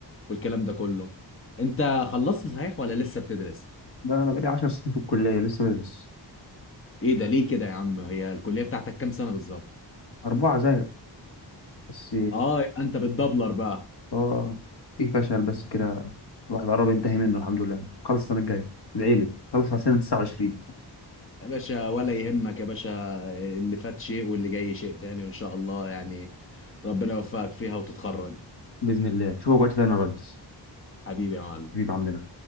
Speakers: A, on the left; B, on the left.
A: والكلام ده كله انت خلصت صحيح ولا لسه بتدرس
B: ده انا بقالي 10 سنين في الكليه لسه بدرس
A: ايه ده ليه كده يا عم هي الكلية بتاعتك كام سنة بالظبط
B: اربعه زي بس
A: اه يبقى انت بتدبلر بقى
B: اه في فشل بس كده الواحد قرب ينتهي منه الحمد لله خلص السنه الجايه العيله خلص على سنه 29
A: يا باشا ولا يهمك يا باشا اللي فات شيء واللي جاي شيء تاني وإن شاء الله يعني ربنا يوفقك فيها وتتخرج
B: باذن الله شوفك وقت تاني يا ريس
A: حبيبي يا معلم
B: حبيب عمنا